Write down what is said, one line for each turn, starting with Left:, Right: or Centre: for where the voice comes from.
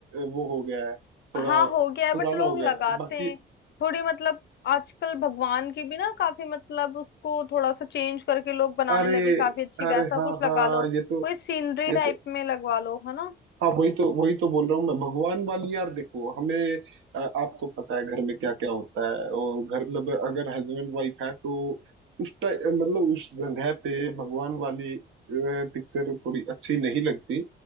Right: वो हो गया है थोड़ा
Left: हाँ हो गया है
Right: पुराना
Left: बट लोग
Right: हो गया
Left: लगाते
Right: है। बाकी
Left: हैं थोड़ी मतलब आजकल भगवान की भी ना काफी मतलब उसको थोड़ा सा चेंज करके लोग बनाने
Right: अरे
Left: लगे काफी अच्छी
Right: अरे
Left: वैसा
Right: हाँ
Left: कुछ लगा
Right: हाँ
Left: लो
Right: ये तो
Left: कोई सीनरी
Right: ये तो
Left: टाइप में लगवा लो है ना
Right: हाँ वही तो वही तो बोल रहा हूँ मैं भगवान वाली यार देखो हमें अ, आपको पता है घर में क्या क्या होता है और घर में अगर हस्बैंड वाइफ है तो उस टाइम मतलब उस जगह पे भगवान वाली पिक्चर थोड़ी अच्छी नहीं लगती